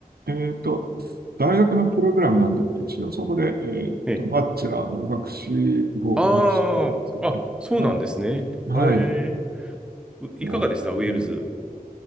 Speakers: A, on the right; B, in the centre.
A: えっと、大学のプログラムなんで、一応そこで、えっと、
B: え
A: バッチェラーの学士号、
B: ああ、
A: 学士なんですけどね。
B: あ、そうなんですね。
A: はい。はい。
B: へえ。ういかがでしたウェールズ。
A: そうですね